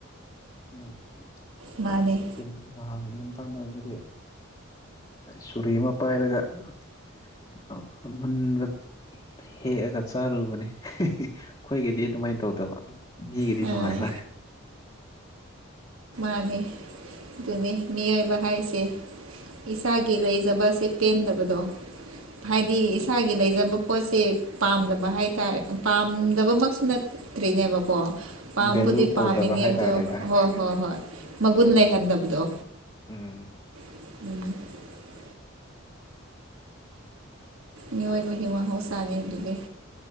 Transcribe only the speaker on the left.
ꯑꯩ
<unintelligible> ꯌꯨꯝꯊꯪꯅꯕꯒꯤ ꯁꯨꯔꯤ ꯑꯃ ꯄꯥꯏꯔꯒ <unintelligible> ꯍꯦꯛꯑꯒ ꯇꯥꯔꯨꯕꯅꯦ ꯈꯣꯏꯒꯤꯗꯤ ꯗꯨꯃꯥꯏ ꯇꯧꯗꯕ ꯃꯤꯒꯤꯗꯤ
ꯅꯨꯡꯉꯥꯏꯕ
ꯚꯦꯂꯨ
ꯇꯧꯗꯕ ꯍꯥꯏꯇꯥꯔꯦꯗ
ꯎꯝ
ꯎꯝ